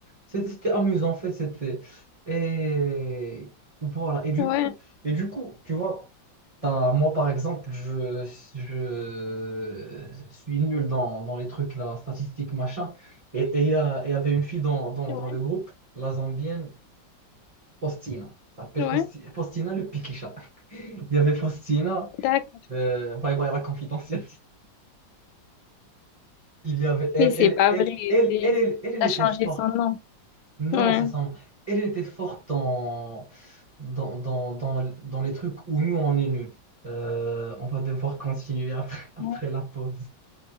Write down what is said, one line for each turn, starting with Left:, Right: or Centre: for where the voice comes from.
Right: C'était c'était amusant, en fait, c'était. Et voilà, et du
Left: Ouais,
Right: coup, et du coup, tu vois, t'as- moi, par exemple, je, je suis nul dans, dans les trucs, là, statistiques, machin. Et et il y a- il y avait une fille dans, dans,
Left: ouais,
Right: dans le groupe, la Zambienne, Faustina. Elle s'appelle
Left: ouais.
Right: Fausti- Faustina le Pikicha. <laughs> Il y avait Faustina,
Left: D'accord.
Right: euh, bye bye la confidentielle. Il y avait, elle,
Left: Mais c'est
Right: elle,
Left: pas
Right: elle,
Left: vrai,
Right: elle,
Left: c'est...
Right: elle, elle, elle, elle
Left: T'as
Right: était
Left: changé
Right: forte.
Left: son nom.
Right: Non,
Left: Ouais.
Right: c'est ça. Elle, elle était forte dans, dans, dans, dans, dans les trucs où nous, on est nuls. Euh, on va devoir continuer après, <laughs> après
Left: Ouais.
Right: la pause.